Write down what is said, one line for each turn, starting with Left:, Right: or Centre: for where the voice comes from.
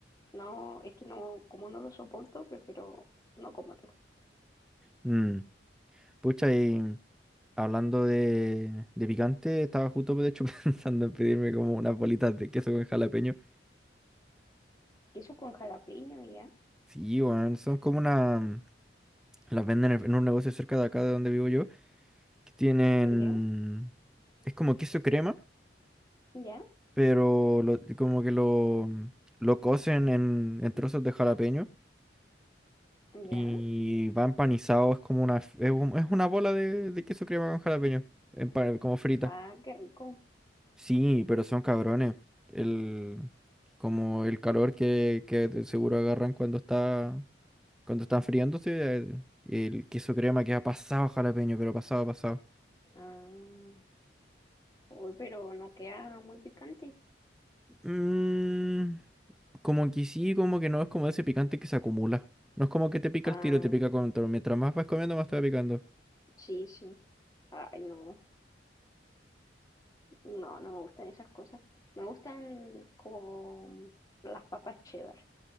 Left: No, es que no, como no lo soporto, prefiero no comerlo.
Centre: Mm, Pucha, y Hablando de, de picante, estaba justo de hecho <laughs> pensando en pedirme como unas bolitas de queso con jalapeño.
Left: Queso con jalapeño, ya,
Centre: Sí, weón, son como una... Las venden en en un negocio cerca de acá de donde vivo yo, que tienen...
Left: ya,
Centre: Es como queso crema,
Left: ya,
Centre: pero lo- como que lo, lo cocen en, en trozos de jalapeño
Left: ya.
Centre: y va empanizado, es como una... Es, un- es una bola de, de queso crema con jalapeño, empa- como frita.
Left: Ah, qué rico.
Centre: Sí, pero son cabrones. El, como el calor que, que de seguro agarran cuando está, cuando están friándose. eh, El queso crema que ha pasado jalapeño, pero pasado, pasado.
Left: Ah, uy, pero no queda muy picante.
Centre: Mm, como que sí, como que no, es como ese picante que se acumula. No es como que te pica
Left: Ah,
Centre: el tiro, te pica con todo. Mientras más vas comiendo, más te va picando.
Left: sí, sí. Ay, no, no, no me gustan esas cosas. Me gustan como las papas cheddar.